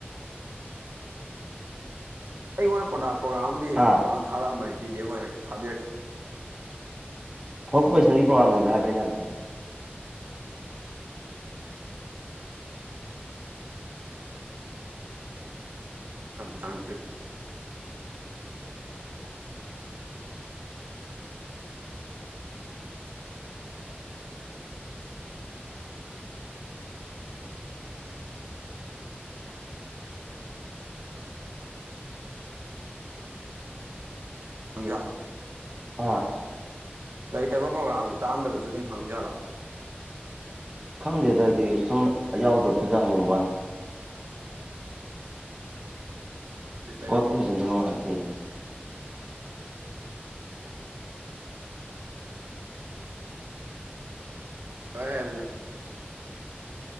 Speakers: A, on the right; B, on the right.
A: ꯑꯩꯉꯣꯟꯗ ꯄ꯭ꯔꯣꯒꯥꯝꯗꯤ
B: ꯍꯥ
A: ꯀꯩꯅꯣꯅ ꯊꯥꯔꯛꯑꯝꯕꯅꯤ ꯄꯕꯤꯗꯤꯕ ꯑꯣꯏꯅ ꯊꯥꯕꯤꯔꯛꯀꯦ
B: ꯐꯣꯔꯁ ꯄꯣꯖꯤꯁꯟꯒꯤ ꯄ꯭ꯔꯣꯒꯥꯝ ꯂꯩꯕ꯭ꯔꯥ ꯍꯥꯏꯕ꯭ꯔꯥ ꯑꯩꯅꯠꯇꯅꯦ
A: ꯁꯥꯟ ꯇꯪꯒꯅ
B: ꯑꯥ
A: ꯂꯩꯇꯕ ꯄ꯭ꯔꯣꯒꯥꯝꯁꯨ ꯇꯥꯝꯗꯕꯁꯨ ꯑꯗꯨꯝ ꯍꯪꯖꯜꯂꯛꯑꯣ
B: ꯈꯪꯗꯦꯗꯏꯗꯤ ꯁꯨꯝ ꯌꯥꯎꯗꯕꯗꯨꯗ ꯍꯪꯉꯨ ꯃꯥꯅꯤ
A: <inaudible> ꯕꯤꯠ
B: ꯄꯠ ꯄꯨꯁꯗ ꯍꯥꯊꯤꯟ
A: ꯍ ꯍꯥꯏꯔꯗꯤ